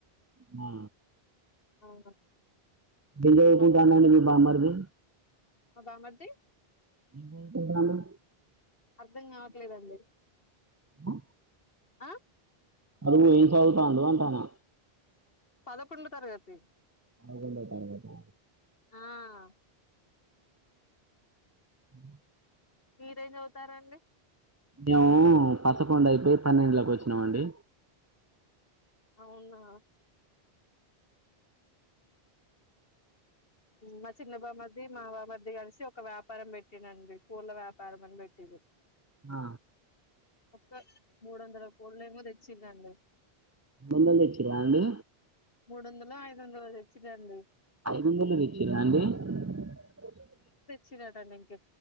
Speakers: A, on the right; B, on the left.
A: మా
B: అవును
A: బజార్
B: మా
A: కిటా అన్నం తిని మీ బామ్మర్ది
B: మా బామ్మర్ది
A: నేనేం అంటున్నానండి
B: అర్ధం కావట్లేదండి.
A: ఆ.
B: ఆ
A: అది పోయిం చదుగుతా అందు అంటానా.
B: పదకొండు తరగతి.
A: అవుకుటాటా.
B: ఆ.
A: అ. <inaudible>
B: మీరేం చదుతారంండి.
A: మేము పసకొండ అయిపోయి పన్నెండులోకి వచ్చినామ అండి.
B: అవునా. మా చిన్నబాబ మధ మా బా మధ కలిసి ఒక వ్యాప. వ్యాపారం పెట్టినండి పూల వ్యాపారం అని పెట్టి.
A: ఆ
B: ఒక్క మూడు వందల కోట్లు ఏమో తెచ్చిందండి.
A: ముందు వచ్చ అండి
B: మూడు వందలు ఐదు వందలు తెచ్చదండి
A: ఐ వచ్చి అంటడి ఇక్కడ రాసిన పదాలకు పైన రికార్డు చేసిన పదాలకు సంబంధం లేదు ఐదువందల తెచ్చిలా అండి. అని ఉన్నది
B: చరట నంకె